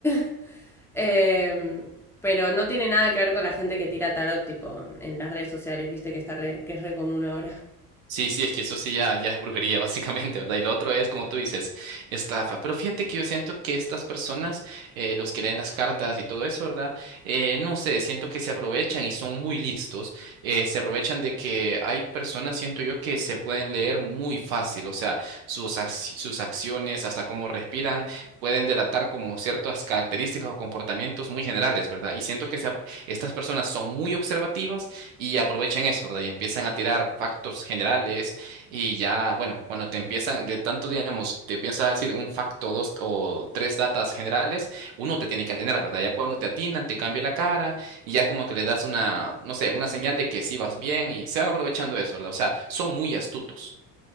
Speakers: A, in the centre; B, on the right.
A: <laughs> eh, pero no tiene nada que ver con la gente que tira tarot, tipo, en las redes sociales, viste, que, está re- que es re común ahora.
B: Sí, sí, es que eso sí ya, ya es brujería, <laughs> básicamente, ¿verdad? Y lo otro es, como tú dices, estafa. Pero fíjate que yo siento que estas personas, eh, los que leen las cartas y todo eso, ¿verdad? Eh, no sé, siento que se aprovechan y son muy listos. eh, se aprovechan de que hay personas, siento yo, que se pueden leer muy fácil. O sea, sus, ac- sus acciones, hasta cómo respiran, pueden delatar como ciertas características o comportamientos muy generales, ¿verdad? Y siento que se ap- estas personas son muy observativas y aprovechan eso, ¿verdad? Y empiezan a tirar factos generales y ya, bueno, cuando te empiezan de tanto, digamos, te piensas decir un facto, dos o tres datas generales, uno te tiene que atinar, ¿verdad? Ya cuando te atinan, te cambia la cara y ya como que le das una, no sé, una señal de que sí vas bien y se van aprovechando de eso, ¿verdad? O sea, son muy astutos.